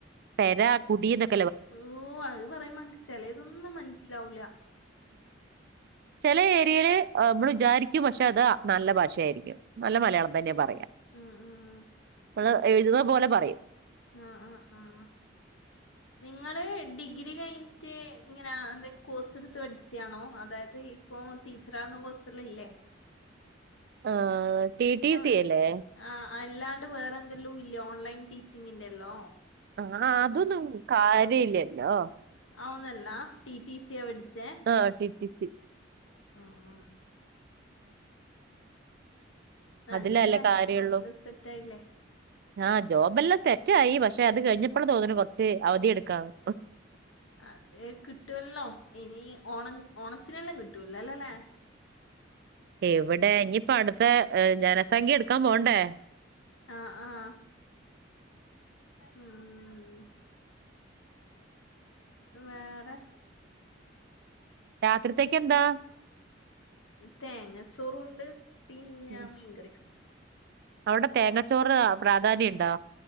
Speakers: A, on the right; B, on the left.
A: പെര കുടി ന്നൊക്കെ
B: ഓ അത് പറയുമ്പോ ചെലതൊന്നും മനസ്സിലാവൂല്ല
A: ചില ഏരിയേല് മ്മള് വിചാരിക്കും പക്ഷെ അത് നല്ല ഭാഷയായിരിക്കും നല്ല മലയാളം തന്നെ പറയാം
B: ഉം ഉം ഉം
A: നമ്മള് എഴുതുന്ന പോലെ പറയും
B: ആ ആ ആ ആഹ് നിങ്ങള് ഡിഗ്രി കഴിഞ്ഞിറ്റ് ഇങ്ങനെ എന്തെങ്കിലും കോഴ്സ് എടുത്ത് പഠിച്ചയാണോ അതായത് ഇപ്പൊ ടീച്ചറാവ്ന്നാ കോഴ്സെല്ലാമില്ലേ
A: ആ ടി ടി സി
B: വ-
A: അല്ലേ
B: ആ അല്ലാണ്ട് വേറെ എന്തെല്ലും ഇല്ല ഓൺലൈൻ ടീച്ചിങ്ങിന്റെല്ലോം
A: ആ അതൊന്നും കാര്യയില്ലല്ലോ
B: ഔന്നല്ല ടി ടി സി യാ പഠിച്ചേ
A: ആഹ് ടി സി
B: ആ ആ നല്ലല്ലേ
A: അതിലല്ലേ കാര്യള്ളൂ
B: ജോബില് സെറ്റ് ആയില്ലേ
A: ആ ജോബെല്ലാം സെറ്റ് ആയി പക്ഷെ അത് കഴിഞ്ഞപ്പോള് തോന്നുന്നു കൊറച്ച് അവധിയെടുക്കാന്നു
B: അത് കിട്ടുവല്ലോ ഇനി ഓണം ഓണത്തിനെല്ലാം കിട്ടൂലല്ലോല്ലെ
A: എവിടെ ഇനിയിപ്പോ അടുത്ത ജനസംഖ്യ എടുക്കാൻ പോണ്ടേ
B: ആ ആ ഉം വേറെ
A: രാത്രിത്തേക്ക് എന്താ
B: തേങ്ങ ചോറുണ്ട് പിന്നെ
A: ഉം.
B: മീൻകറിയും
A: അവിടെ തേങ്ങച്ചോറ് പ്രാധാന്യുണ്ടോ